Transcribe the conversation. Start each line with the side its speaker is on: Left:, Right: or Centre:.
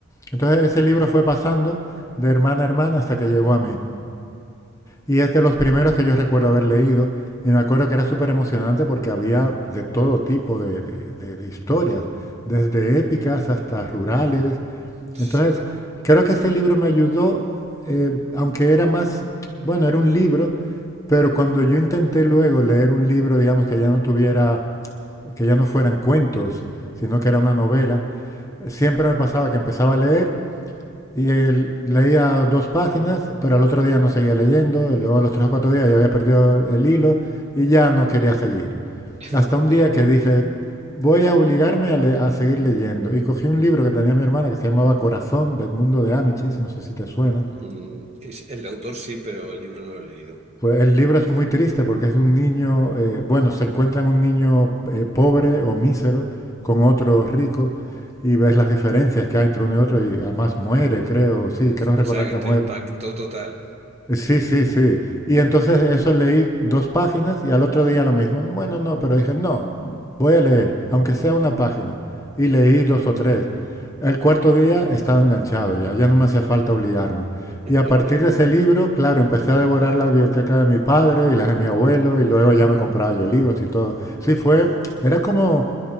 Left: Entonces ese libro fue pasando de hermana a hermana hasta que llegó a mí. Y es de los primeros que yo recuerdo haber leído. Y me acuerdo que era súper emocionante porque había de todo tipo de, de- de- de historias, desde épicas hasta rurales,
Right: sí.
Left: entonces, creo que ese libro me ayudó, eh, aunque era más, bueno, era un libro, pero cuando yo intenté luego leer un libro, digamos, que ya no tuviera, que ya no fueran cuentos, sino que era una novela, siempre me pasaba que empezaba a leer y él leía dos páginas, pero al otro día no seguía leyendo. Luego a los tres o cuatro días ya había perdido el hilo y ya no quería seguir.
Right: <laughs>
Left: Hasta un día que dije, voy a obligarme a, le- a seguir leyendo. Y cogí un libro que tenía mi hermana que se llamaba Corazón, del mundo de Amichis, no sé si te suena.
Right: Mm, es- el autor sí, pero el libro no lo he leído.
Left: Pues el libro es muy triste porque es de un niño, eh, bueno, se encuentran un niño eh, pobre o mísero con otro rico y ves las diferencias que hay entre uno y otro y además muere, creo, sí,
Right: Uf,
Left: creo
Right: o
Left: recordar
Right: sea que
Left: que
Right: te
Left: muere.
Right: impactó total.
Left: Sí, sí, sí. Y entonces eso leí dos páginas y al otro día lo mismo. Bueno, no, pero dije, no, voy a leer, aunque sea una página. Y leí dos o tres. El cuarto día estaba enganchado ya, ya no me hacía falta obligarme.
Right: <laughs>
Left: Y a partir de ese libro, claro, empecé a devorar la biblioteca de mi padre y las de mi abuelo y luego ya me compraba yo libros y todo. Sí, fue, era como,